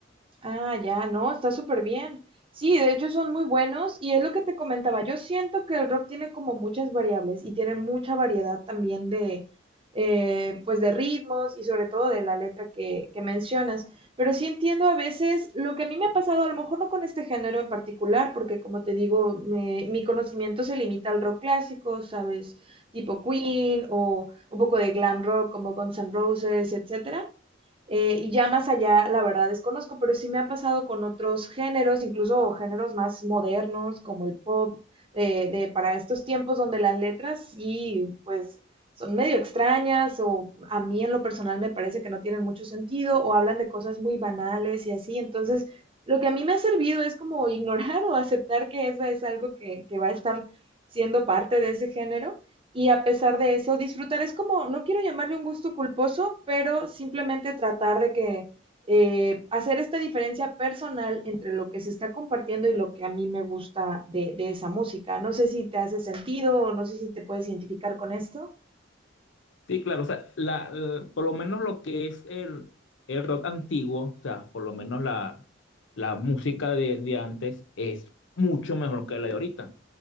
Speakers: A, on the right; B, on the left.
A: Ah, ya, no, está súper bien. Sí, de hecho son muy buenos y es lo que te comentaba. Yo siento que el rock tiene como muchas variables y tiene mucha variedad también de, eh, pues de ritmos y sobre todo de la letra que, que mencionas. Pero sí entiendo a veces lo que a mí me ha pasado, a lo mejor no con este género en particular, porque como te digo, me- mi conocimiento se limita al rock clásico, ¿sabes? Tipo Queen o un poco de glam rock como Guns N' Roses, etcétera. Eh, y ya más allá, la verdad desconozco, pero sí me ha pasado con otros géneros, incluso géneros más modernos como el pop, de, de para estos tiempos donde las letras sí, pues son medio extrañas o a mí en lo personal me parece que no tienen mucho sentido o hablan de cosas muy banales y así. Entonces, lo que a mí me ha servido es como <laughs> ignorar o aceptar que esa es algo que, que va a estar siendo parte de ese género y a pesar de eso, disfrutar es como, no quiero llamarle un gusto culposo, pero simplemente tratar de que eh, hacer esta diferencia personal entre lo que se está compartiendo y lo que a mí me gusta de, de esa música. No sé si te hace sentido o no sé si te puedes identificar con esto.
B: Sí, claro, o sea, la, la- por lo menos lo que es el, el rock antiguo, o sea, por lo menos la, la música de, de antes es mucho mejor que la de ahorita.